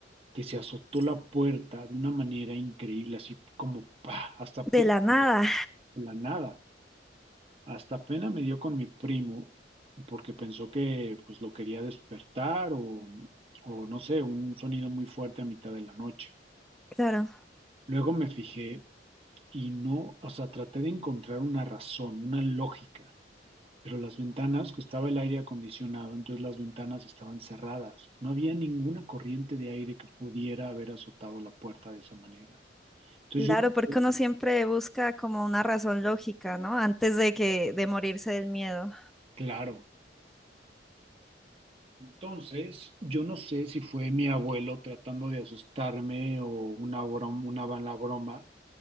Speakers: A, on the right; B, in the centre.
A: Que se azotó la puerta de una manera increíble, así como ¡pa! hasta
B: de
A: pena
B: la nada,
A: de la nada. Hasta pena me dio con mi primo, porque pensó que pues lo quería despertar o, o no sé, un sonido muy fuerte a mitad de la noche.
B: claro.
A: Luego me fijé y no, o sea, traté de encontrar una razón, una lógica Pero las ventanas, que estaba el aire acondicionado, entonces las ventanas estaban cerradas. No había ninguna corriente de aire que pudiera haber azotado la puerta de esa manera. Entonces
B: Claro,
A: yo no
B: porque
A: sé,
B: uno siempre busca como una razón lógica, ¿no? Antes de que de morirse del miedo.
A: claro, entonces yo no sé si fue mi abuelo tratando de asustarme o una broma, una mala broma,